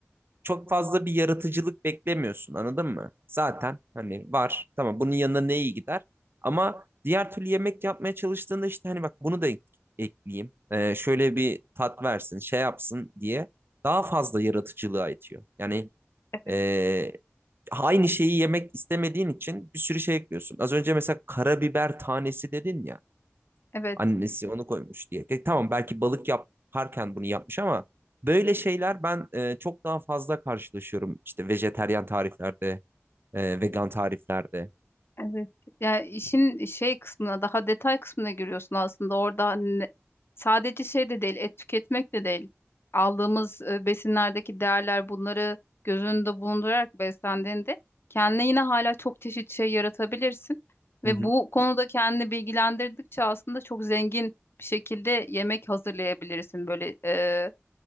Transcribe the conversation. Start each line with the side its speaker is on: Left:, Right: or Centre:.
Right: çok fazla bir yaratıcılık beklemiyorsun anladın mı? Zaten hani var tamam bunun yanına ne iyi gider ama diğer türlü yemek yapmaya çalıştığında işte hani bak bunu da ek- ekleyeyim Ee, şöyle bir tat versin şey yapsın diye daha fazla yaratıcılığa itiyor. Yani
Left: Evet.
Right: e, aynı şeyi yemek istemediğin için bir sürü şey ekliyorsun. Az önce mesela karabiber tanesi dedin ya.
Left: Evet.
Right: Annesi onu koymuş diye. E, tamam belki balık yaparken bunu yapmış ama böyle şeyler ben e, çok daha fazla karşılaşıyorum. İşte vejeteryan tariflerde, e, vegan tariflerde.
Left: Evet. Yani işin şey kısmına, daha detay kısmına giriyorsun aslında. Orada hani sadece şey de değil, et tüketmek de değil. Aldığımız e, besinlerdeki değerler bunları göz önünde bulundurarak beslendiğinde kendine yine hala çok çeşit şey yaratabilirsin. Ve
Right: Hı hı.
Left: bu konuda kendini bilgilendirdikçe aslında çok zengin bir şekilde yemek hazırlayabilirsin. Böyle e,